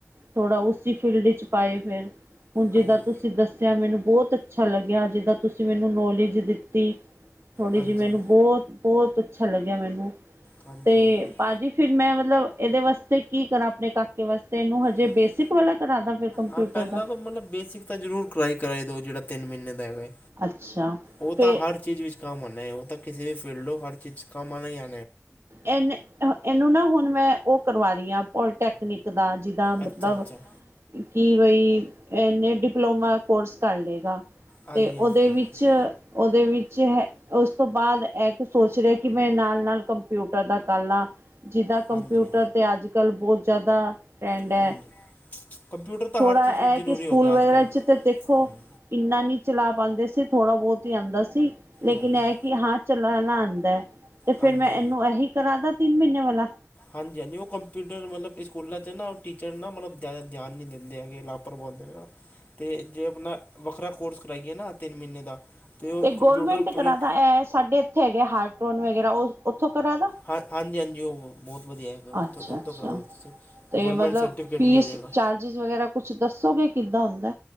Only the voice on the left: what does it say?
ਹਾਂਜੀ
ਹਾਂਜੀ
ਹਾਂਜੀ
ਹਾਂਜੀ
ਹਾਂਜੀ
ਹਾਂ ਪਹਿਲਾਂ
ਤਾਂ ਮਤਲਬ ਬੇਸਿਕ ਤਾਂ ਜ਼ਰੂਰ ਕਰਾ ਕਰਾਈ ਦੋ ਜੇੜਾ ਤਿੰਨ ਮੀਨੇ ਦਾ ਹੈਗਾ ਐ
ਓ
ਤਾਂ ਹਰ ਚੀਜ਼ ਵਿੱਚ ਕੰਮ ਆਨਾ ਐ ਓ ਤਾਂ ਕਿਸੇ ਵੀ ਫੀਲਡ ਹੋ ਹਰ ਚੀਜ਼ ਚ ਕੰਮ ਆਣਾ ਈ ਆਣਾ
ਅੱਛਾ ਅੱਛਾ
ਹਾਂਜੀ
ਹਾਂਜੀ
ਹਾਂਜੀ
ਹਾਂਜੀ
ਹਾਂਜੀ
ਕੰਪਿਊਟਰ ਤਾਂ
ਹਰ ਚੀਜ਼ ਵਿੱਚ
ਜ਼ਰੂਰੀ
ਹੋ ਗਿਆ
ਅੱਜ ਕੱਲ੍ਹ
ਹਾਂਜੀ
ਹਾਂਜੀ
ਹਾਂਜੀ
ਹਾਂਜੀ ਹਾਂਜੀ ਓ ਕੰਪਿਊਟਰ ਮਤਲਬ ਸਕੂਲਾਂ ਚ ਨਾ ਟੀਚਰ ਨਾ ਮਤਲਬ ਜ਼ਾਦਾ ਧਿਆਨ ਨੀ ਦਿੰਦੇ ਹੈਗੇ ਲਾਭ ਭਰਵਾਦੇ ਨੇ ਨਾ ਤੇ ਜੇ ਆਪਣਾ ਵੱਖਰਾ ਕੋਰਸ ਕਰਾਈਏ ਨਾ ਤਿੰਨ ਮਹੀਨੇ ਦਾ ਅਤੇ ਉਹ
ਕੰਪਿਊਟਰ
ਹਾਂ, ਹਾਂਜੀ-ਹਾਂਜੀ ਓ ਬੋਤ ਵਧੀਆ ਹੈਗਾ ਓਥੋਂ
ਓਤੋਂ
ਕਰਾ ਦਿਉ ਤੁਸੀਂ
ਗੌਰਮੈਂਟ
ਸਰਟੀਫਿਕੇਟ
ਵੀ ਆ ਜਾਏਗਾ